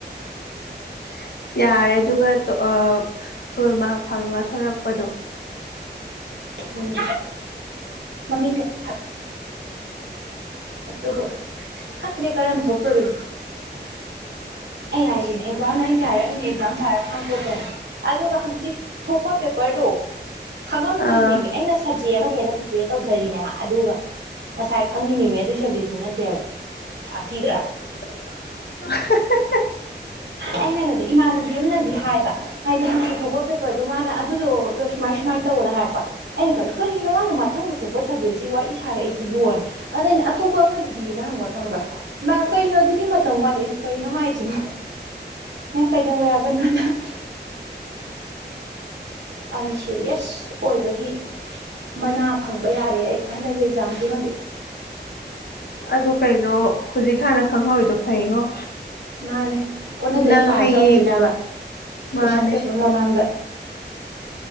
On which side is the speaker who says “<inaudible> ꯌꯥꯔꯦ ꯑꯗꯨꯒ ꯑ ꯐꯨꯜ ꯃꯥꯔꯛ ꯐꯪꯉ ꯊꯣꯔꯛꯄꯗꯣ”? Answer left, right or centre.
Left